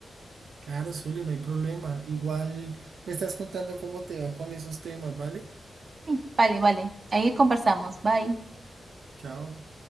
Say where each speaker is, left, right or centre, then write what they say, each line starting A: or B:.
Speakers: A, on the right (about 85°); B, on the right (about 40°).
A: Claro, Zuli, no hay problema. Igual me estás contando cómo te va con esos temas, ¿vale?
B: Sí, vale, vale. Ahí conversamos. Bye.
A: Chao.